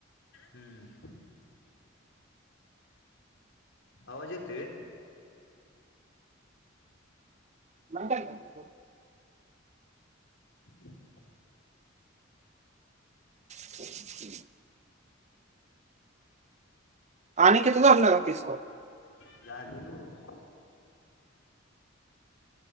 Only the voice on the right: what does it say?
<inaudible>
<inaudible> आणि कसं घालणार होतीस मग?